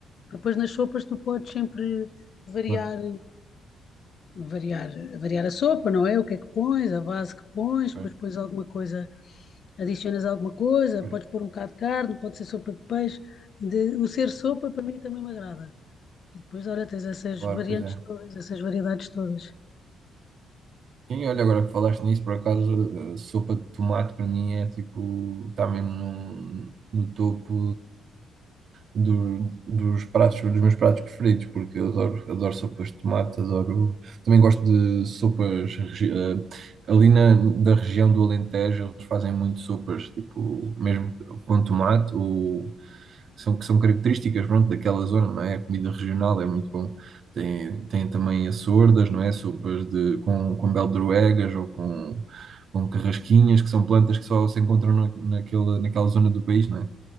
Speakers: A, on the left; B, on the right.
A: Depois nas sopas tu podes sempre variar,
B: Claro,
A: variar, variar a sopa, não é? O que é que pões, a base que pões,
B: Pois,
A: depois pões alguma coisa, adicionas alguma coisa,
B: pois,
A: podes pôr um bocado de carne, pode ser sopa de peixe. De- o ser sopa para mim também me agrada. E depois, olha, tens essas
B: Claro,
A: variantes
B: pois é.
A: todas, essas variedades todas.
B: Quem olha agora que falaste nisso, por acaso, a sopa de tomate para mim é tipo, está mesmo no, no topo do- dos pratos, dos meus pratos preferidos, porque eu adoro, adoro sopas de tomate, adoro. Também gosto de sopas. regi- eh, ali na, da região do Alentejo, eles fazem muito sopas, tipo, mesmo com tomate, ou são, que são características, pronto, daquela zona, não é? A comida regional é muito bom. Tem, tem também as sordas, não é? Sopas de, com, com beldroegas ou com. Com carrasquinhas, que são plantas que só se encontram na, naquela, naquela zona do país, não é?